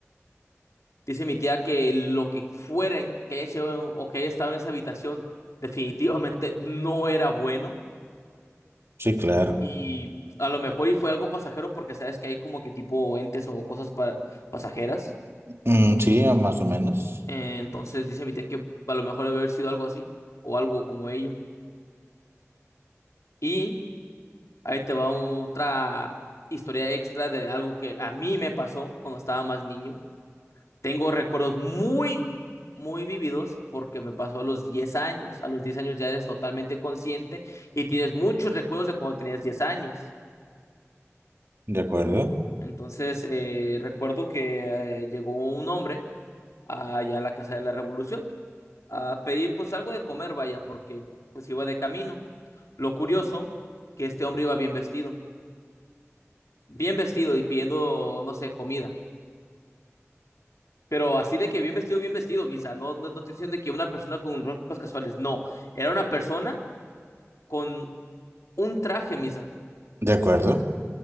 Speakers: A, on the left; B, on the right.
A: Dice mi tía que lo que fueren que haya sido o que haya estado en esa habitación definitivamente no era bueno
B: Sí, claro.
A: y a lo mejor y fue algo pasajero porque sabes que hay como que tipo entes o cosas pa- pasajeras.
B: Mm, sí, más o menos.
A: Eh, Entonces dice mi tía que a lo mejor debe haber sido algo así o algo como ello. Y ahí te va otra historia extra de algo que a mí me pasó cuando estaba más niño Tengo recuerdos muy, muy vividos porque me pasó a los 10 años. A los 10 años ya eres totalmente consciente y tienes muchos recuerdos de cuando tenías 10 años.
B: De acuerdo.
A: Entonces, eh, recuerdo que eh, llegó un hombre allá a la Casa de la Revolución a pedir pues algo de comer, vaya, porque pues iba de camino. Lo curioso, que este hombre iba bien vestido, bien vestido y pidiendo, no sé, comida. Pero así de que bien vestido, bien vestido, Misa. No, no, no estoy diciendo de que una persona con ropas casuales. No, era una persona con un traje, Misa.
B: De acuerdo.